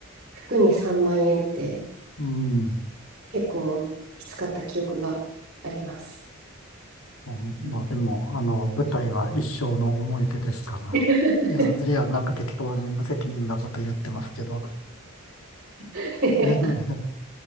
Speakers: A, on the right; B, on the left.
A: 服に3万円って
B: うん。
A: 結構きつかった記憶があります。
B: まあ、
A: うん
B: まあでも、あの、舞台は一生の思い出ですから。
A: <laughs>
B: いや、いや、なんか適当に無責任なこと言ってますけど。
A: いや
B: <laughs> ね、ね